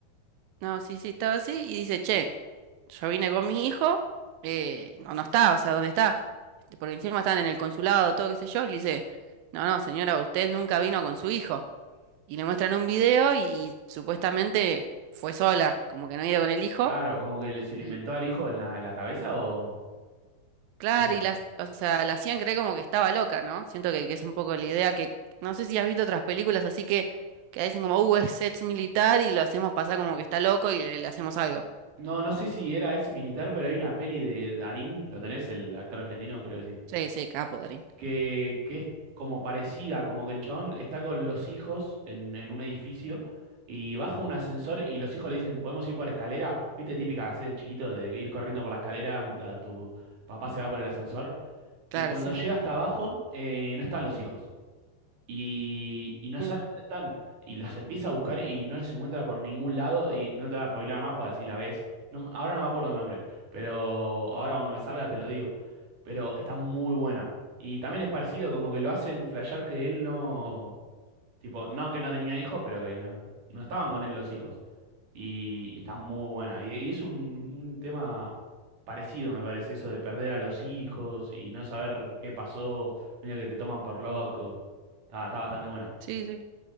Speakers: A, on the right; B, on the right.
A: No, sí, sí, estaba así y dice, che, yo vine con mi hijo, eh, no, no está, o sea, ¿dónde está? Este, Porque encima están en el consulado, todo qué sé yo, y le dice, no, no, señora, usted nunca vino con su hijo. Y le muestran un video y, y supuestamente fue sola, como que no iba con el hijo.
B: Claro, como que le- se le
A: Y
B: inventó al hijo en la, en la cabeza o...
A: claro,
B: ¿Cómo
A: y
B: es?
A: las, o sea, la hacían creer como que estaba loca, ¿no? Siento que, que es un poco la idea que, no sé si has visto otras películas así que, que dicen como, uh, es ex militar y lo hacemos pasar como que está loco y le, le hacemos algo.
B: No, no sé si era ex militar, pero hay una peli de Darín, ¿lo tenés? El actor argentino, creo que sí.
A: Sí, sí, capo, Darín.
B: que, que es como parecida, como que el chabón está con los hijos en, en un edificio y baja un ascensor y los hijos le dicen, ¿podemos ir por escalera? ¿Viste? Típica que hacés de chiquito de ir corriendo por la escalera mientras tu papá se va por el ascensor.
A: Claro,
B: Y cuando
A: sí.
B: llega hasta abajo, eh, no están los hijos y, y no
A: Bueno,
B: sabe dónde están. Y los empieza a buscar y no los encuentra por ningún lado. Y no te va a spoiler más para decir la ves. No ahora no me acuerdo el nombre, pero ahora cuando me salga te lo digo. Pero está muy buena. Y también es parecido, como que lo hacen flashear que él no. Tipo, no que no tenía hijos, pero que no, no estaban con él los hijos. Y, y está muy buena. Y, y es un, un tema parecido, me parece, eso de perder a los hijos y no saber qué pasó, medio que te toman por loco. Está, está bastante buena.
A: sí, sí.